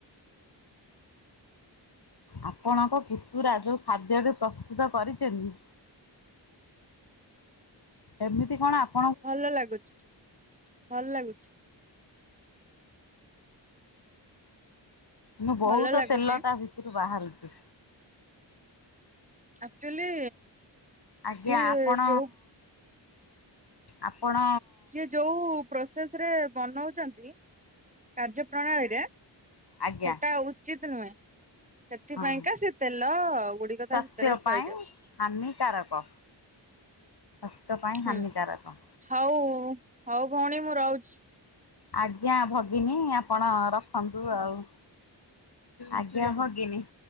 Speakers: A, on the left; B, on the right.
A: ଆପଣଙ୍କ ପୁତୁରା ଯୋଉ ଖାଦ୍ୟ ଏବେ ପ୍ରସ୍ତୁତ କରିଛନି ଏମିତି କଣ ଆ
B: ଭଲ ଲାଗୁଚି ଭଲ ଲାଗୁଚି।
A: ମୁଁ ବୋହୁତ
B: ଭଲ ଲାଗୁଛି
A: ତେଲ ତା ଭିତରୁ ବାହାରୁଛି।
B: ଆକ୍ଚୁଆଲି
A: ଆଜ୍ଞା
B: ସିଏ
A: ଆପଣ
B: ଯୋଉ
A: ଆପଣ।
B: ସିଏ ଯୋଉ ପ୍ରୋସେସ ରେ ବନୋଉଛନ୍ତି କାର୍ଯ୍ୟ ପ୍ରଣାଳୀରେ ସେଟା
A: ଆଜ୍ଞା
B: ଉ ଉଚିତ ନୁହେଁ ସେଥିପାଇଁକା
A: ହଁ
B: ସେ ତେଲ ଗୁଡିକ
A: ସ୍ୱାସ୍ଥ୍ୟ
B: ତା ଭିତରେ
A: ପାଇଁ
B: ରହିଯାଉଛି
A: ହାନିକାରକ ସ୍ୱାସ୍ଥ୍ୟ ପାଇଁ
B: ହୁଁ
A: ହାନିକାରକ।
B: ହଉ ହଉ ଭଉଣୀ ମୁଁ ରହୁଚି।
A: ଆଜ୍ଞା ଭଗିନୀ ଆପଣ ରଖନ୍ତୁ ଆଉ। ଆଜ୍ଞା ଭଗିନୀ।